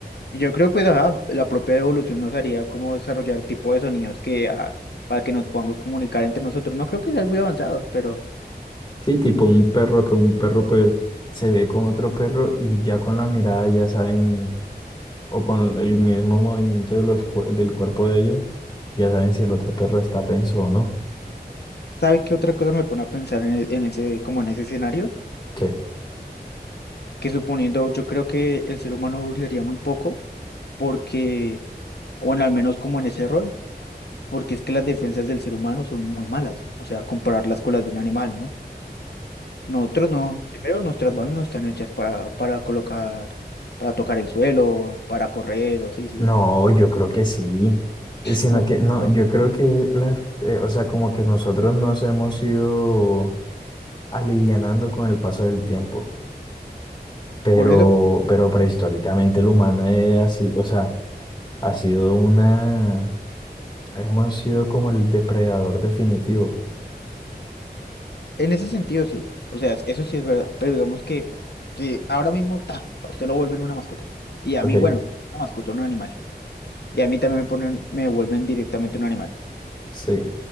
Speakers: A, on the left; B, on the left.
A: Y yo creo pues ajá, la propia evolución nos haría como desarrollar tipo de sonidos que ajá, para que nos podamos comunicar entre nosotros. No creo que sea algo muy avanzado, pero
B: Sí, tipo un perro, que un perro pues se ve con otro perro y ya con la mirada ya saben, o con el mismo movimiento de los, cu- del cuerpo de ellos, ya saben si el otro perro está tenso o no.
A: ¿Sabe qué otra cosa me pone a pensar en, e- en ese, como en ese escenario?
B: ¿Qué?
A: Que suponiendo, yo creo que el ser humano duraría muy poco, porque, bueno, al menos como en ese rol, porque es que las defensas del ser humano son muy malas, o sea, compararlas con las de un animal, ¿no? Nosotros no, primero nuestras manos no están hechas para, para colocar, para tocar el suelo, para correr o así, ¿sí?
B: No, yo creo que sí, Eh, sino
A: O-
B: que no,
A: o-
B: yo creo que las, eh, o sea, como que nosotros nos hemos ido alivianando con el paso del tiempo, pero,
A: Por eso
B: pero prehistóricamente el humano es así, o sea, ha sido una, hemos sido como el depredador definitivo,
A: En ese sentido, sí. O sea, eso sí es verdad. Pero digamos que sí, ahora mismo ta, a usted lo vuelven una mascota. Y a
B: ok,
A: mí, bueno, una mascota, un animal. Y a mí también me ponen, me vuelven directamente un animal.
B: sí,